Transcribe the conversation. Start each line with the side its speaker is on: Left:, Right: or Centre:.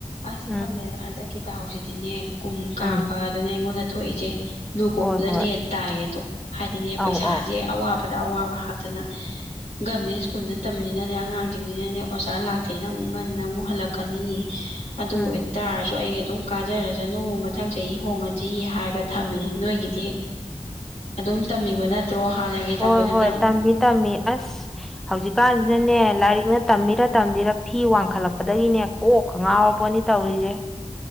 Left: ꯑꯁ
Centre: ꯎꯝ
Left: ꯈꯪꯗꯦꯗ ꯍꯟꯗꯛꯀꯤ ꯗꯥꯍꯥꯎꯁꯤꯗꯤꯅꯦ ꯀꯨꯝ
Centre: ꯎꯝ
Left: ꯀꯥꯡꯕ ꯑꯗꯨꯅ ꯑꯩꯉꯣꯟꯗ ꯊꯣꯛꯏꯁꯦ ꯂꯨ ꯀꯣꯛꯄꯗ
Centre: ꯍꯣꯏ ꯍꯣꯏ
Left: ꯂꯦꯟ ꯇꯥꯏꯌꯦ ꯑꯗꯣ ꯍꯥꯏꯗꯤꯅꯦ
Centre: ꯑꯧ
Left: ꯄꯩꯁꯥꯁꯦ
Centre: ꯑꯧ
Left: ꯑꯋꯥꯕꯗ ꯑꯋꯥꯕ ꯍꯥꯞꯇꯅ ꯒꯃꯦꯟ ꯁ꯭ꯀꯨꯜꯅ ꯇꯝꯃꯤꯁꯤꯅꯅꯦ ꯑꯉꯥꯡꯁꯤꯡꯁꯤꯅꯅꯦ ꯑꯣꯖꯥ ꯂꯥꯛ ꯊꯦꯅ ꯑꯃꯨꯛ ꯉꯟꯅ ꯑꯃꯨꯛ ꯍꯜꯂꯛꯀꯅꯤ ꯑꯗꯨ
Centre: ꯎꯝ
Left: ꯑꯣꯏ ꯇꯥꯔꯁꯨ ꯑꯩ ꯑꯗꯨꯝ ꯀꯥꯖꯔꯁꯅꯨ ꯃꯊꯪ ꯆꯍꯤ ꯍꯣꯡꯉꯁꯤ ꯍꯥꯏꯔꯒ ꯊꯝꯃꯤꯅꯤ ꯅꯣꯏꯒꯤꯗꯤ ꯑꯗꯨꯝ ꯇꯝꯕꯤꯕ ꯅꯠꯇ꯭ꯔꯣ ꯍꯥꯟꯅꯒꯤ ꯇꯝꯕꯗꯨꯗ
Centre: ꯍꯣꯏ ꯍꯣꯏ ꯇꯝꯃꯤ ꯇꯝꯃꯤ ꯑꯁ ꯍꯧꯖꯤꯛꯀꯥꯟꯁꯤꯅꯅꯦ ꯂꯥꯏꯔꯤꯛꯅ ꯇꯝꯃꯤꯔ ꯇꯝꯗꯤꯔ ꯐꯤ ꯋꯥꯡꯈꯠꯂꯛꯄꯗꯒꯤꯅꯦ ꯑꯣ ꯉꯥꯎꯔꯛꯄꯅꯤ ꯇꯧꯔꯤꯁꯦ